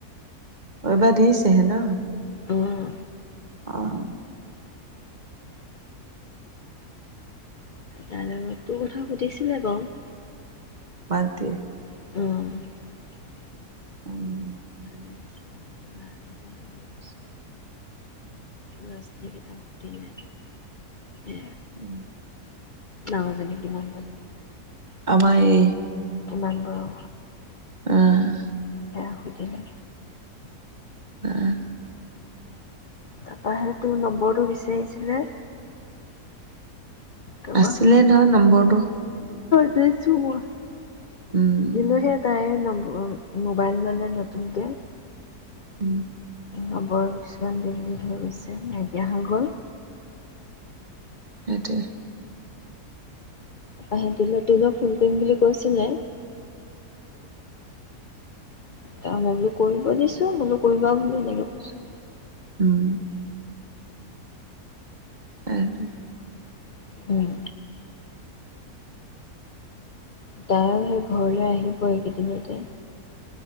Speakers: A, on the right; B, on the left.
A: বাৰ দিছেহে ন?
B: অঁ
A: অ'।
B: তাৰ লগত তোৰ কথা সুধিছিলে বাৰু।
A: বাদ দি।
B: অ'।
A: উম।
B: ভাল-ভাল বুলি কৈছো ল'ৰা ছালী কিতাপ সুধিলে এ
A: উম।
B: ডাঙৰজনী কিমান পালে?
A: আমায়ে
B: ইমানবাৰ
A: আহ।
B: সেয়া সুধিলে।
A: আহ।
B: তাৰপাহে তোৰ নম্বৰটো বিচাৰিছিলে। তাৰপা
A: আছিলে ন নম্বৰটো।
B: <unintelligible> কিন্তু
A: উম
B: সেইটাাইন মোবাইল ল'লে নতুনকৈ।
A: উম।
B: নৱৰ কিছুমান দিল্লীত হৈ গৈছে নাইকিয়াা গল।
A: সেইটোয়ে।
B: আহে তিল-তিলক ফোন কৰিম বুলি কৈছিলে। ত মই বোলো কৰিব দিছো, মোলো কৰিবা বুলি এনেকে কৈছো।
A: উম। <unintelligible>
B: উম। তাইো সেই ঘৰলৈ আহিব এইকেইদিনতে।